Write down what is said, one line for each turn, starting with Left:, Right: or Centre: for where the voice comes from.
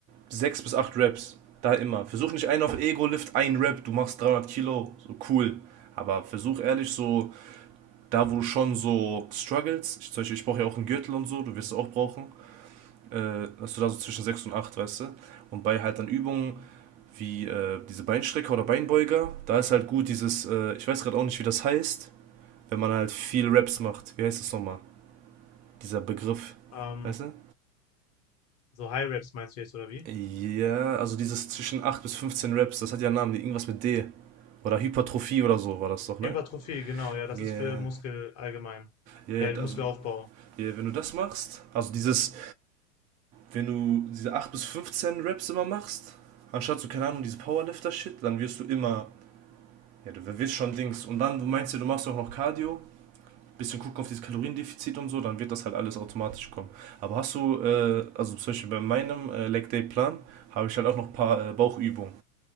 Right: 6 bis 8 Reps. Da immer. Versuch nicht einen auf Ego-Lift, ein Rep, du machst 300 Kilo, so cool. Aber versuch ehrlich so, da wo du schon so struggles, ich, zum Beispiel, ich brauche ja auch einen Gürtel und so, du wirst es auch brauchen, äh, dass du da so zwischen 6 und 8 weißt du? Und bei halt dann Übungen wie äh, diese Beinstrecker oder Beinbeuger, da ist halt gut dieses, äh, ich weiß gerade auch nicht, wie das heißt, wenn man halt viel Raps macht. Wie heißt das nochmal? Dieser Begriff.
Left: Ähm,
Right: Weißt du?
Left: so High Reps meinst du jetzt, oder wie?
Right: Ja, also dieses zwischen 8 bis 15 Raps, das hat ja einen Namen, irgendwas mit D. Oder Hypertrophie oder so war das doch, ne?
Left: Hypertrophie, genau, ja, das
Right: Yeah.
Left: ist für Muskel allgemein.
Right: Yeah,
Left: Ja, Muskelaufbau.
Right: also yeah, wenn du das machst, also dieses, wenn du diese 8 bis 15 Raps immer machst, anstatt so, keine Ahnung, diese Powerlifter-Shit, dann wirst du immer, ja, du wirst schon Dings. Und dann, du meinst ja, du machst auch noch Cardio, bisschen gucken auf dieses Kaloriendefizit und so, dann wird das halt alles automatisch kommen. Aber hast du, äh, also zum Beispiel bei meinem äh, Leg Day Plan, habe ich halt auch noch ein paar äh, Bauchübungen,